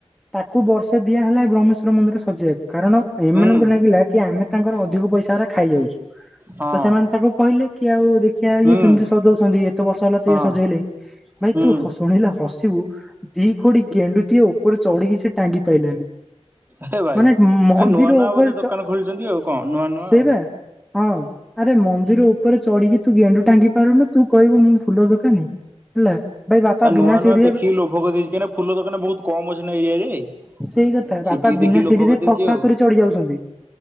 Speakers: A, in the centre; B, on the right.
A: ତାକୁ ବର୍ଷେ ଦିଆହେଲା ବ୍ରହ୍ମେଶ୍ବର ମନ୍ଦିର ସଜେଇବାକୁ। କାରଣ ଏମାନଙ୍କୁ
B: ହୁଁ
A: ଲାଗିଲା କି ଆମେ ତାଙ୍କର ଅଧିକ କାରଣ ଏମାନଂକୁ ଲାଗିଲା କି ଆମେ ତାଙ୍କର ଅଧିକ ପଇସା ଗୁରା ଖାଇଯାଉଛୁ
B: ହଁ
A: ତ ସେମାନେ ତାଙ୍କୁ କହିଲେ କି ଆଉ ଦେଖିବା
B: ହୁଁ
A: ଇଏ କେମିତି ସଜଉଛନ୍ତି ଏତେ ବର୍ଷ ହେଲା ତ
B: ହଁ
A: ଇଏ ସଜେଇଲେ ଭାଇ
B: ହୁଁ
A: ତୁ ଶୁଣିଲେ ହସିବୁ। ଦି କଡ଼ିି ଗେଣ୍ଡୁଟି ଆଉ। ଚଡ଼ି କିି ସେ ଟାଙ୍ଗି ପାଇଲାନି
B: ହେ ଭାଇ
A: ମାନେ ମନ୍ଦିର
B: ଆ ନୂଆ ନୂଆ
A: ଉପରେ
B: ବୋଧେ ଦୋକାନ
A: ଚ
B: ଖୋଲିଛନ୍ତି ଆଉ କଣ ନୂଆ ନୂଆ
A: ସେଇ
B: ଆଉ
A: ବା ହଁ। ଆରେ ମନ୍ଦିର ଉପରେ ଚଢିକି ତୁ ଗେଣ୍ଡୁ ଟାଙ୍ଗି ପାରୁନୁ ତୁ କହିବୁ ମୁଁ ଫୁଲ ଦୋକାନୀ ହେଲା। ଭାଇ ବାପା
B: ଆଉ
A: ବିନା
B: ନୂଆ
A: ସିଢିରେ
B: ନୂଆ ଦେଖିକି ଲୋଭ କରିଦେଇଛି କିନା ଫୁଲ ଦୋକାନ ବହୁତ। କମ ଅଛି ନା ଏଇ ଏରିଆରେ।
A: ସେଇ କଥା
B: ସେ
A: ବାପା
B: ଟିକେ
A: ବିନା
B: ଦେଖିକି ଲୋଭ
A: ସିଡ଼଼ିରେ
B: କରିଦେଇଛି
A: ଫକ୍ ଫାକ୍
B: ଆଉ
A: କରି ଚଢ଼ି ଯାଉଛନ୍ତି